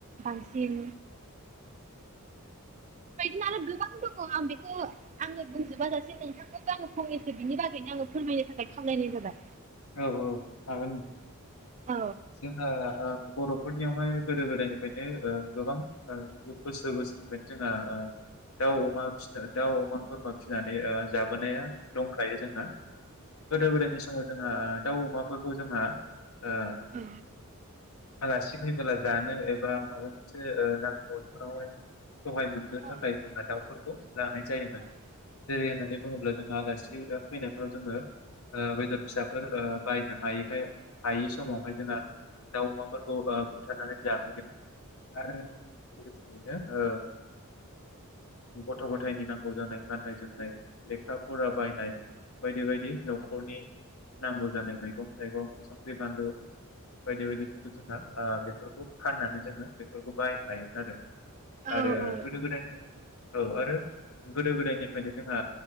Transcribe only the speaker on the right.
बांसिन बेफोरबायदिनो आरो गोबां दङ आं बेखौ आङो बुंजोबा जासे नोंथांखौबो आङो फंनैसो बिनि बागैनो आङो फोरमायनो थाखाय खावलायनाय जाबाय
औ
औ
औ
औ
औ
औ
औ
औ